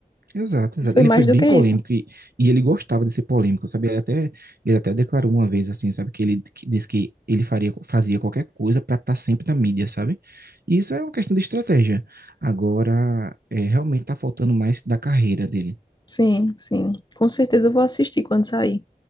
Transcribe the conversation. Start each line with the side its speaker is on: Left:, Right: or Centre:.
Right: Exato, exato.
Left: Foi
Right: Ele
Left: mais
Right: foi bem
Left: do que
Right: polêmico
Left: isso.
Right: e, e ele gostava de ser polêmico, sabe? Ele até, ele até declarou uma vez, assim, sabe? Que ele que disse que ele faria, fazia qualquer coisa para estar sempre na mídia, sabe? E isso é uma questão de estratégia. Agora, é, realmente tá faltando mais da carreira dele.
Left: Sim, sim. Com certeza eu vou assistir quando sair.